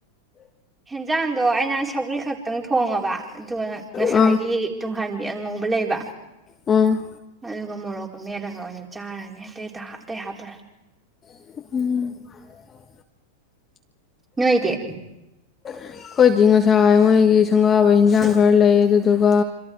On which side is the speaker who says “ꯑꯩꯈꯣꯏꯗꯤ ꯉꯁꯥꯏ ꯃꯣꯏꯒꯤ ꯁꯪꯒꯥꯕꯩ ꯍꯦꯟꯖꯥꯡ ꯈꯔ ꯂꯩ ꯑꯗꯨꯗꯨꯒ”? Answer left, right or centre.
Left